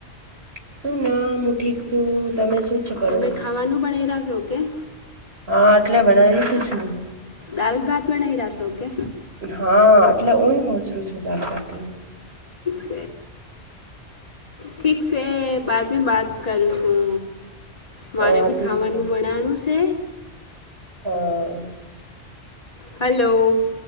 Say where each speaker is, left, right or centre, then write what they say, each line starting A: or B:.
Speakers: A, on the right; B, on the left.
A: શું <unintelligible> હું ઠીક છું તમે? ઓછું કરો
B: તમે ખાવાનું બનાવી રહ્યા છો કે
A: હા એટલે <unintelligible> તું છું
B: દાલભાત <unintelligible> શો કે?
A: હા એટલે ઉય હોજરું છું <unintelligible>
B: તે ઠીક છે બાદ મેં બાત કરું છું. મારે
A: હા
B: બી
A: ઠીક
B: ખાવાનું
A: છે
B: બનાવાનું છે.
A: હા.
B: હલો.